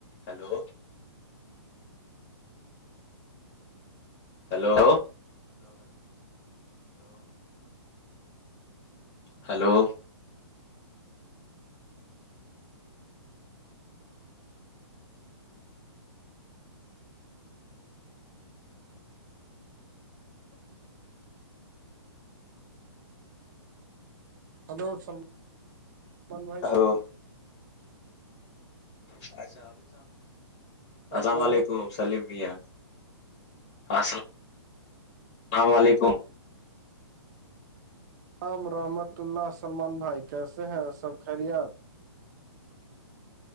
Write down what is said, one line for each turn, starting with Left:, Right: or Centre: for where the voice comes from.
Left: hello hello hello hello
Right: hello سلملمان سلمان بھائی جان
Left: hello اچھا ابھی
Right: ہلو
Left: السلام علیکم سلیم میاں السلام اللام علیکم
Right: عام رحمت اللہ سلمان بھائی کیسے ہیں سب خریت آپ